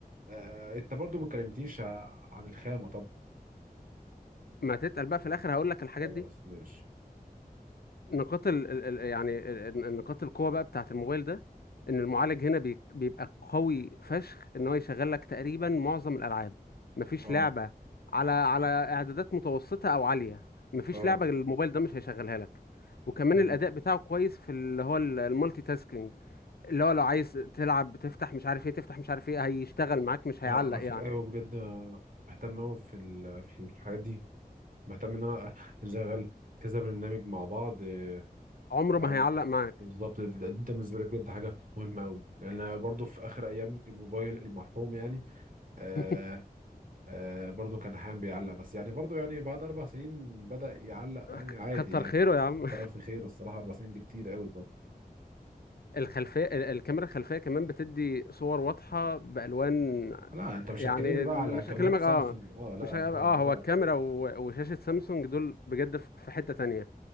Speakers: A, on the right; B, on the left.
A: آه أنت برضو ما كلمتنيش ع- عن الخامة طب
B: ما تتقل بقى في الاخر هقول لك الحاجات
A: خلاص
B: دي
A: ماشي
B: نقاط ال ال ال- يعني ال- ال- نقاط القوة بقى بتاعة الموبايل ده ان المعالج هنا بي- بيبقى قوي فشخ ان هو يشغل لك تقريبا معظم الالعاب مفيش
A: أه
B: لعبة على على اعدادات متوسطة او عالية مفيش
A: أه
B: لعبة الموبايل ده مش هيشغلها لك وكمان
A: حلو
B: الاداء بتاعه كويس في اللي هو ال- المالتي تاسكينج اللي هو لو عايز تلعب بتفتح مش عارف ايه تفتح مش عارف ايه هيشتغل معاك مش هيعلق
A: أه على فكرة
B: يعني
A: أيوه بجد آه، بهتم أوي في ال- في الحاجات دي مهتم ان انا اشغل كذا برنامج مع بعض آه،
B: عمره
A: أو-
B: ما هيعلق معاك
A: بالظبط ده ده بالنسبه لي بجد حاجه مهمه قوي لان أنا برضو في اخر ايام الموبايل المرحوم يعني آه
B: <laughs>
A: آه برضو كان احيانا بيعلق بس يعني برضو يعني بعد اربع سنين بدأ يعلق يعني
B: ك-
A: عادي
B: كتر
A: يعني
B: خيره يا عم
A: انت رأي في خير الصراحه اربع سنين دي كتير قوي برضو
B: الخلفية ال- الكاميرا الخلفية كمان بتدي صور واضحة بألوان
A: لا انت مش
B: يعني
A: هتكلمني بقى
B: مش
A: على كاميرات
B: هكلمك
A: سامسونج
B: اه
A: اه لا
B: مش ه-
A: لا
B: اه
A: اه,
B: هو الكاميرا و- وشاشة سامسونج دول بجد في في حتة تانية